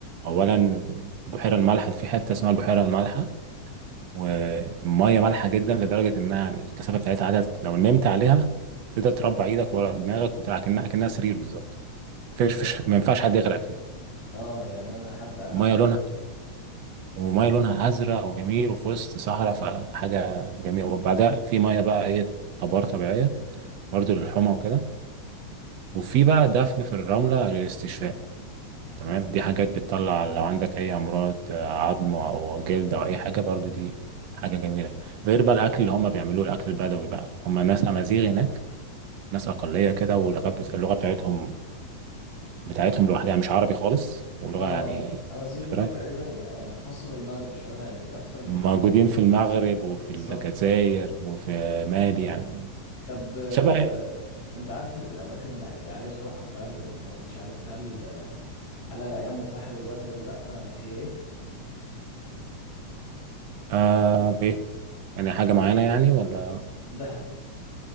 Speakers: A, on the right (about 70°); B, on the left (about 40°).
A: أولا بحيرة الملح في حتة اسمها البحيرة الملح وميه مالحه جدا لدرجه انها يعني الكثافه بتاعتها عادة لو نمت عليها تقدر تربع ايدك ورا دماغك وتلعب كأنها كأنها سرير بالظبط مفيش فيش-
B: ده
A: ما ينفعش حد يغرق فيها
B: اه يعني انا حد قال
A: وميه
B: على الحوار
A: لونها
B: ده
A: وميه لونها ازرق وجميل وفي وسط صحراء فحاجه جميله وبعدها في ميه بقى ايه ابار طبيعيه برضه للحمى وكده وفي بقى دفن في الرمله للاستشفاء تمام دي حاجات بتطلع لو عندك اي امراض آه، عظم او جلد او اي حاجه برضو دي حاجه جميله غير بقى الاكل اللي هم بيعملوه الاكل البدوي بقى هم ناس امازيغ هناك ناس اقليه كده واللغه بت... اللغه بتاعتهم بتاعتهم لوحدها يعني مش عربي خالص ولغه
B: اه
A: يعني
B: اه امازيغ
A: نادرة.
B: دي تقريبا آه، خاصة بالمغرب شوية يعني اكتر من
A: موجودين
B: حد من المغرب
A: في المغرب وفي
B: بالظبط
A: الجزائر وفي مالي يعني
B: طب آه،
A: شبه
B: انت عارف الاماكن اللي اللي عايز اروحها فعلا ومش عارف هل آه، هل هلاقيها متاحة دلوقتي ولا لا آه، هي ايه
A: آه ايه يعني حاجه معينه يعني ولا
B: دهب